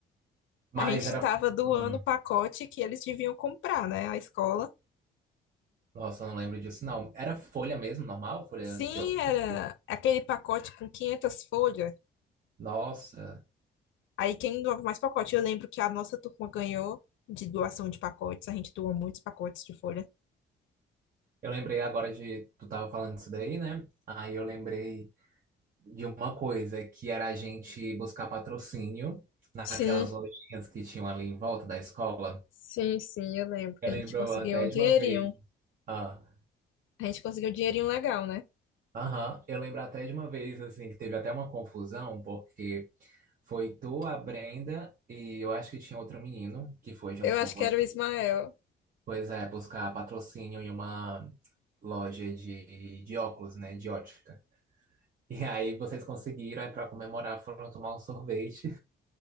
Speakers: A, on the right (about 45°); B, on the left (about 75°).
A: Mas
B: A gente
A: era.
B: estava doando
A: Ah,
B: o pacote que eles deviam comprar, né? A escola.
A: Nossa, eu não lembro disso, não. Era folha mesmo, normal, folha
B: Sim,
A: de ofício.
B: era aquele pacote com 500 folhas.
A: Nossa,
B: Aí quem doava mais pacote? Eu lembro que a nossa turma ganhou de doação de pacotes. A gente doou muitos pacotes de folha.
A: eu lembrei agora de. Tu tava falando disso daí, né? Aí eu lembrei. de uma coisa que era a gente buscar patrocínio naquelas
B: Sim,
A: lojinhas que tinham ali em volta da escola.
B: sim, sim, eu lembro
A: Eu
B: que a
A: lembro
B: gente conseguiu
A: até
B: um
A: de
B: dinheirinho.
A: uma vez. Ah,
B: A gente conseguiu um dinheirinho legal, né?
A: aham, eu lembro até de uma vez assim que teve até uma confusão, porque foi tu, a Brenda e eu acho que tinha outro menino que foi junto
B: Eu
A: com
B: acho
A: você.
B: que era o Ismael.
A: Pois é, buscar patrocínio em uma loja de, de óculos, né, de ótica. E aí vocês conseguiram, aí para comemorar foram tomar um sorvete.